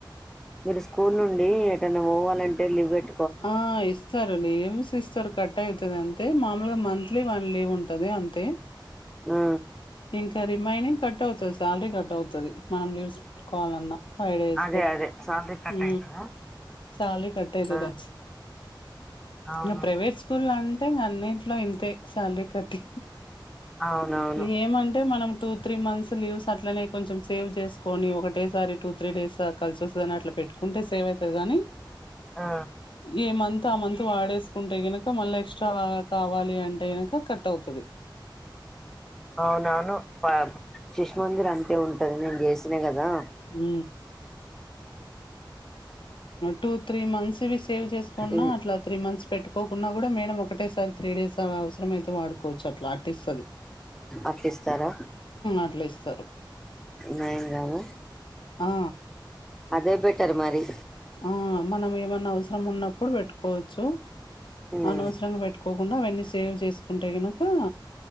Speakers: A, in the centre; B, on the left.
A: మీరు స్కూల్ నుండి ఏటైనా పోవాలంటే లీవ్ పెట్ట
B: ఆ ఇస్తారులి ఏంసుస్తి ఇస్తారు కట్టాయితద అం అయితే మామూలుగా మంత్లీ వన్ లీవ్ ఉంటది అంతే
A: ఆ
B: ఇంకా రిమైనింగ్ కట్ అవుతది శాలరీ కట్ అవుతది మనం లీవస్ పెట్కోవాలన్నా ఫైవ్ డేస్
A: అదే
B: బట్
A: అదే శాలరీ కట్
B: ఊ
A: అయితదా
B: సాలరీ కట్టైతదా
A: ఆ అవును
B: ఇ అ ప్రైవేట్ స్కూల్ల అంటే ఇంగ అన్నిట్ల ఇంతే శాలరీ కట్టి
A: అవునవును
B: ఇగ ఏమంటే మనం టూ త్రీ మంత్స్ లీవ్స్ అట్లనే కొంచెం సేవ్ చేసుకోని, ఒకటేసారి టూ త్రీ డేస్ అ కలిసొస్తదని అట్ల పె. పెట్టుకుంటే సేవ్ అయితది గాని
A: ఆ
B: ఏ మంత్ ఆ మంత్ వాడేసుకుంటే గినక మళ్ళ ఎక్స్ట్రా వా కావాలి అంటే గినక కట్ అవుతది.
A: అవునౌను పై శిషుమందిర్ అంతే ఉంటది నేను చేసిన గదా
B: ఊ టూ త్రీ మంత్స్ వి సేవ్ చేసుకున్నా
A: ఇన్
B: అట్లా త్రీ మంత్స్ పెట్టుకోకున్నా కూడా మేడం ఒకటేసారి త్రీ డేస్ అలా అవసరం అయితే వాడుకోవచ్చు అట్లా ఆర్టిస్తది
A: అప్పిస్తారా
B: అట్లా ఇస్తారు.
A: నయం గద
B: ఆ!
A: అదే బెట్ తెరుమరి
B: ఆ మనం ఏమన్న అవసరం ఉన్నప్పుడు వెట్టుకోవొచ్చు
A: ఉమ్,
B: అనోసరంగా పెట్టుకోకుండా అవన్నీ సేవ్ చేసుకుంటే గినకా